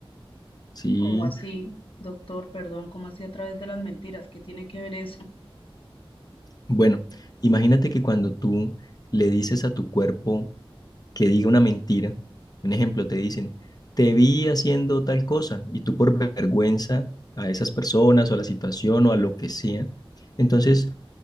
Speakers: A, on the left; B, on the left.
A: ¿sí?
B: cómo así, doctor? Perdón, cómo así a través de las mentiras? ¿Qué tiene que ver eso?
A: Bueno, imagínate que cuando tú le dices a tu cuerpo que diga una mentira, un ejemplo, te dicen, te vi haciendo tal cosa, y tú por vergüenza a esas personas o a la situación o a lo que sea, entonces